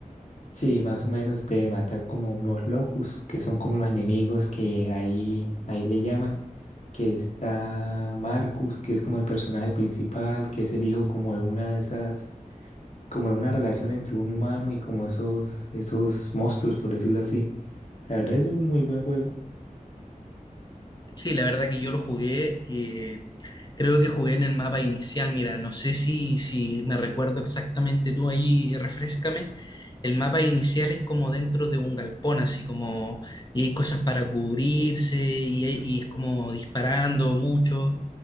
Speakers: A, on the left (about 55°); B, on the left (about 30°).
A: Sí, más o menos de matar como unos locus, que son como los enemigos que ahí, ahí le llaman, que está Marcus, que es como el personaje principal, que es el hijo como de una de esas, como de una relación entre un humano y como esos, esos monstruos, por decirlo así. La verdad es un muy buen juego.
B: Sí, la verdad que yo lo jugué, eh, creo que jugué en el mapa inicial, mira, no sé si, si me recuerdo exactamente tú ahí, refrescame. El mapa inicial es como dentro de un galpón, así como, y hay cosas para cubrirse, y, hay- y es como disparando mucho,